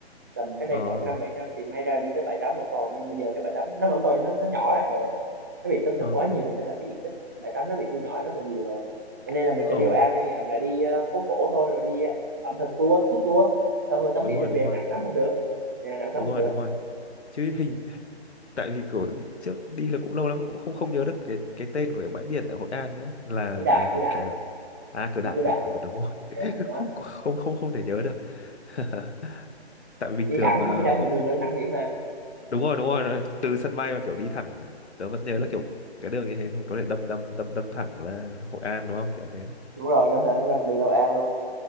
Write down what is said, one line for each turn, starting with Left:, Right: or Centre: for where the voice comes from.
Right: tầm cái đây
Left: ờ
Right: khoảng 5 7 năm thì may ra đi tới bãi tắm vẫn còn nhưng bây giờ cái bãi tắm nó vẫn còn nhưng nó, nó nhỏ lại rồi ấy. Nó bị xâm
Left: ờ
Right: thực quá nhiều
Left: ờ
Right: hình ra là cái diện tích bãi tắm nó bị thu nhỏ lại rất là nhiều rồi. Cho nên là mình
Left: Ờ,
Right: sẽ điều An theo dạng là đi ờ, phố cổ thôi rồi đi ờ, ẩm thực tour, food tour xong
Left: đúng
Right: rồi tắm biển
Left: rồi
Right: thì về
Left: đúng rồi
Right: Đà Nẵng tắm cũng được. Về Đà Nẵng
Left: đúng
Right: tắm cũng
Left: rồi
Right: được.
Left: đúng rồi chứ hình tại vì kiểu trước đi là cũng lâu lắm cũng không không nhớ được cái cái tên của cái bãi biển ở Hội An nữa là
Right: Cửa Đại,
Left: là,
Right: Cửa Đại,
Left: là à Cửa
Right: đi
Left: Đại
Right: Cửa
Left: Cửa
Right: Đại.
Left: Đại. Ừ, đúng rồi <laughs>
Right: Dạ, đó.
Left: không không không không thể nhớ được <laughs> tại vì bình
Right: Đi
Left: thường
Right: thẳng
Left: ờ,
Right: đi thẳng
Left: ồ,
Right: một đường là đi thẳng biển mà.
Left: đúng rồi đúng rồi đúng rồi. từ sân bay mà kiểu đi thẳng tớ vẫn nhớ là kiểu cái đường như thế mà có thể đâm đâm đâm đâm thẳng là Hội An đúng không kiểu thế
Right: Đúng rồi, Đà thẳng ra một đường Hội An luôn.